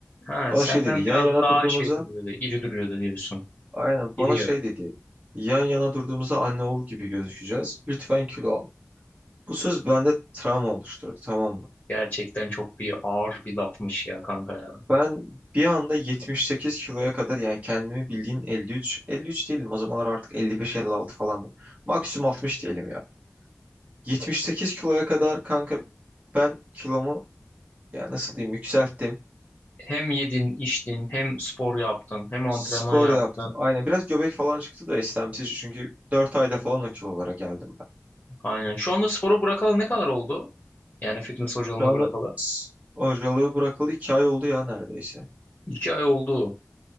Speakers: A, on the left; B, on the right.
A: Ha,
B: Bana
A: senden
B: şey dedi yan
A: biraz
B: yana
A: daha
B: durduğumuzda
A: şey duruyordu, iri duruyordu diyorsun.
B: aynen
A: İri
B: bana
A: yarı.
B: şey dedi. Yan yana durduğumuzda anne oğul gibi gözükeceğiz. Lütfen kilo al. Bu söz bende travma oluşturdu tamam mı?
A: Gerçekten çok bir ağır bir lafmış ya kanka ya.
B: Ben bir anda 78 kiloya kadar yani kendimi bildiğin 53, 53 değilim. O zamanlar artık 55-56 falandım. Maksimum 60 diyelim ya. 78 kiloya kadar kanka ben kilomu ya nasıl diyeyim yükselttim.
A: Hem yedin, içtin, hem spor yaptın, hem antrenman
B: Spor
A: yaptın.
B: yaptım. Aynen biraz göbek falan çıktı da istemsizce çünkü 4 ayda falan o kilolara geldim ben.
A: Aynen. Şu anda sporu bırakalı ne kadar oldu? Yani fitness hocalığını
B: Şu anda
A: bırakalı.
B: s- hocalığı bırakalı 2 ay oldu ya neredeyse.
A: İki ay oldu.